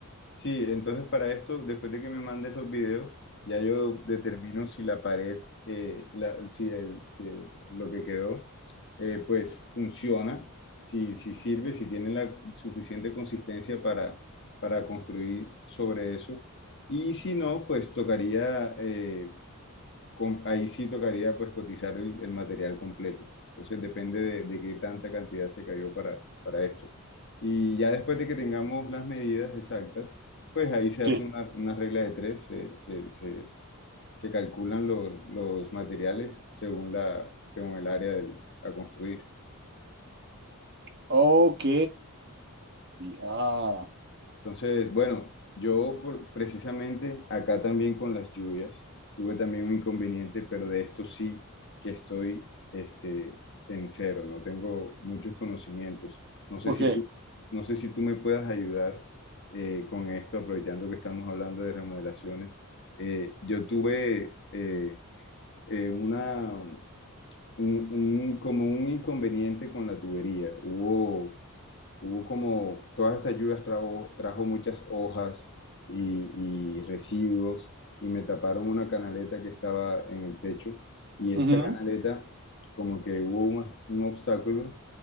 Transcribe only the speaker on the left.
Sí, entonces para esto, después de que me mandes los videos, ya yo determino si la pared, eh, la- si, el- si el- lo que quedó, eh, pues funciona, si, si sirve, si tiene la suficiente consistencia para, para construir sobre eso. Y si no, pues tocaría, eh, com- ahí sí tocaría pues cotizar el, el material completo. Entonces depende de, de qué tanta cantidad se cayó para, para esto. Y ya después de que tengamos las medidas exactas, pues ahí se
hace una, una regla de tres, se, se, se- se calculan los, los materiales según la, según el área del- a construir.
Entonces, bueno, yo por- precisamente acá también con las lluvias tuve también un inconveniente, pero de esto sí que estoy este, en cero, no tengo muchos conocimientos. No sé
si
tú, no sé si tú me puedas ayudar eh, con esto, aprovechando que estamos hablando de remodelaciones. Eh, yo tuve eh, eh, una, un, un- como un inconveniente con la tubería. Hubo Hubo como todas estas lluvias trajo, trajo muchas hojas y, y residuos y me taparon una canaleta que estaba en el techo y esta
canaleta como que hubo un, un obstáculo